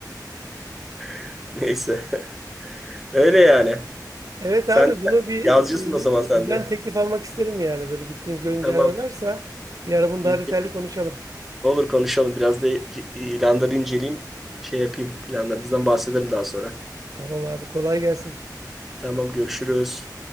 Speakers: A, in the centre; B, on the right.
A: <laughs> Neyse. <laughs> Öyle yani.
B: Evet
A: Sen
B: abi bunu bir
A: yazıcısın o zaman
B: e, sizden
A: sen de.
B: teklif almak isterim yani böyle gittiğiniz gördüğünüz
A: Tamam.
B: yerler varsa bir ara bunu
A: İnceleyeyim.
B: daha detaylı konuşalım.
A: Olur konuşalım. Biraz da ilanları inceleyeyim. Şey yapayım. Planlarımızdan bahsederim daha sonra.
B: Tamam abi kolay gelsin.
A: Tamam görüşürüz.